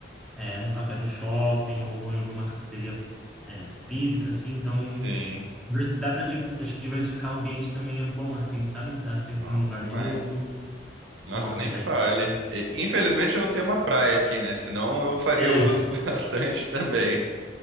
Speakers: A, in the centre; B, on the right (about 80°).
A: é, num café no shopping ou vou em alguma cafeteria é, física, assim. Então
B: sim.
A: divers- dá para acho que diversificar o ambiente também é bom, assim, sabe? Tá sempre
B: Nossa,
A: num lugar
B: demais.
A: novo.
B: Nossa,
A: Tomar um café.
B: nem fale.
A: de manhã.
B: E, Infelizmente eu não tenho uma praia aqui, né? Senão eu faria
A: É.
B: uso <laughs> bastante também.